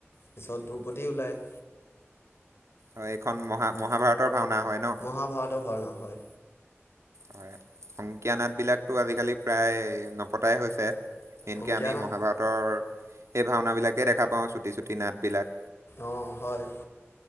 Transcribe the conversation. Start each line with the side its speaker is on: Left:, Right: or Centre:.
Left: পিছত দ্ৰুপদী ওলাই।
Right: হয়, এইখন মহা মহাভাৰতৰ ভাওনা হয় ন।
Left: মহাভাৰতৰ ভওণা হয়।
Right: হয় সংকীয়া নাট বিলাকতো আজিকালি প্ৰায় নপতাই হৈছে। মেইনকে
Left: অংকীয়া
Right: আমি
Left: নাট
Right: মহাভাৰত তৰ এই ভাওনা বিলাকে দেখা পাওঁ চুটি চুটি নাট বিলাক।
Left: অ' হয়।